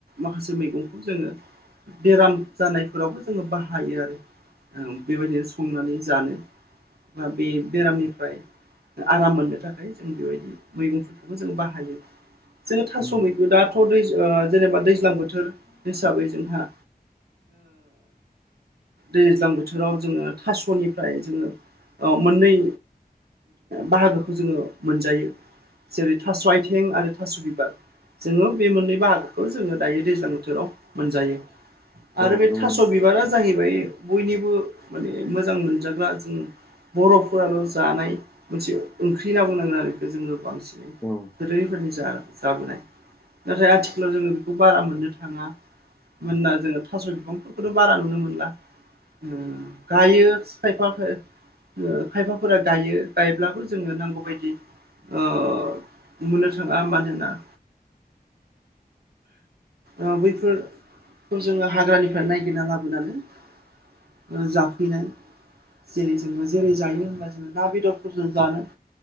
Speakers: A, on the right (about 75°); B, in the centre.
A: माखासे मैगंखौ जोङो बेराम जानायफोरावबो जोङो बाहायो आरो ओ बेबायदिनो संनानै जानो बे बेरामनिफ्राय आराम मोननो थाखाय जों बेबायदि मैगंफोरखौबो जों बाहायो जोङो थास'
B: उम
A: मैगं दा फाथौ दै ओ जेनेबा दैज्लां बोथोर हिसाबै जोंहा दैज्लां बोथोराव जोङो थास'निफ्राय जोङो ओ मोननै बाहागोखौ जोङो मोनजायो जेरै थास' आथिं आरो थास' बिबार जोङो बे मोननै बाहागोखौ जोङो दायो दैज्लां बोथोराव मोनजायो
B: औ
A: आरो बे
B: नंगौ
A: थास' बिबारा जाहैबाय बयनिबो माने मोजां मोनजाग्रा जों बर'फोराल' जानाय मोनसे ओंख्रि होनना बुंनांगोन आरो बेखौ जोङो बांसिन
B: औ
A: <inaudible> जाबोनाय नाथाय आथिखालाव जोङो बेखौ बारा मोननो थाङा। मानोना जोङो थास' बिफांफोरखौथ' बारा नुनो मोनला। ओ गायो थायफाखो खायफाफोरा गायो गायब्लाबो जोङो नांगौ बायदि ओ मोननो थाङा मानोना ओ बैफोर जोङो हाग्रानिफ्राय नायगिरना लाबोनानै जाफैनाय। जेरै जोङो जेरै जायो होनबा जोङो ना बेदरफोर जों जानो